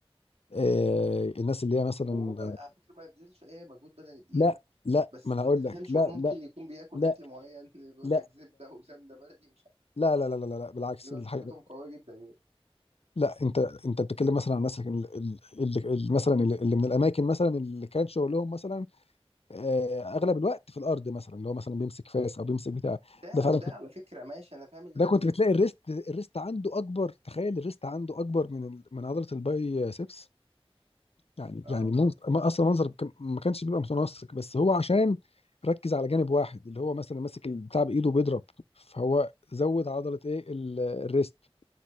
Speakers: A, on the left (about 75°); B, on the right (about 85°).
A: آه، الناس اللي هي مثلا
B: وهو ما بي- على فكره ما بيبذلش اي مجهود بدني بايده
A: لا لا
B: بس
A: ما انا هقول
B: ما تفهمش
A: لك لا
B: هو ممكن
A: لا
B: يكون بياكل
A: لا
B: اكل معين <laughs> بيقول
A: لا
B: لك زبده وسمنه بلدي مش عارف
A: لا لا لا لا لا, لا, لا بالعكس
B: بيبقى
A: الحاجه
B: صحتهم قويه جدا يعني
A: لا انت انت بتتكلم مثلا عن الناس ال- ال- اللي اللي مثلا اللي اللي من الاماكن مثلا اللي كان شغلهم مثلا آه، اغلب الوقت في الارض مثلا اللي هو مثلا بيمسك فاس او بيمسك بتاع
B: ده
A: ده فعلا
B: وده على فكره ماشي انا فاهم ان
A: ده
B: ال-
A: كنت بتلاقي الريست الريست عنده اكبر تخيل الريست عنده اكبر من ال... من عضله الباي سيبس يعني
B: اه
A: يعني منظر... ما- اصلا منظر كم- ما كانش بيبقى متناسق بس هو عشان ركز على جانب واحد اللي هو مثلا ماسك البتاع بايده بيضرب فهو زود عضله ايه ال- الريست